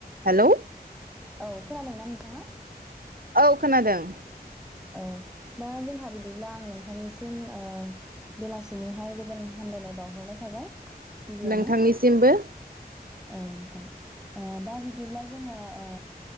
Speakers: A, on the right; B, in the centre.
A: Hello.
B: औ खोनादोंना नोंथाङा?
A: औ खोनादों।
B: औ दा जोंहा बिदिब्ला आं नोंथांनिसिम ओ बेलासिनिहाय गोजोन हामलायनाय बावहरनाय थाबाय। गिबियावनो
A: नोंथांनिसिमबो।
B: औ नोंथां। ओ दा बिदिब्ला जोङो ओ